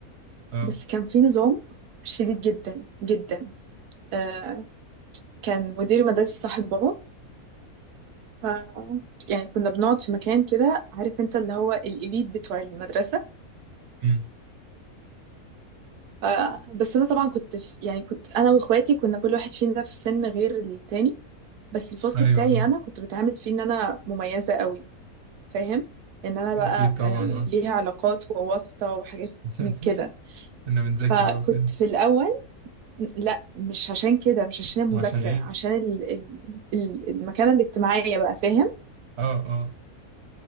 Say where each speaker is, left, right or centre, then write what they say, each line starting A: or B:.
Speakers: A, on the right; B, on the right.
A: اه
B: بس كان في نظام شديد جدا جدا آه كان مدير المدرسة صاحب بابا ف... يعني كنا بنقعد في مكان كده عارف انت اللي هو الإليت بتوع المدرسة
A: امم
B: ف- بس انا طبعا كنت في يعني كنت انا واخواتي كنا كل واحد فينا في سن غير التاني بس الفصل
A: ايوه
B: بتاعي
A: اه
B: انا كنت بتعامل فيه ان انا مميزة قوي فاهم ان انا بقى
A: اكيد طبعا
B: آه،
A: اه
B: ليها علاقات وواسطة وحاجات
A: <laughs>
B: من كده
A: كنا بنذاكر
B: فكنت
A: بقى وكده
B: في الاول لا مش عشان كده مش عشان المذاكرة
A: عشان ايه؟
B: عشان ال- ال- ال- المكانة الاجتماعية بقى فاهم
A: اه اه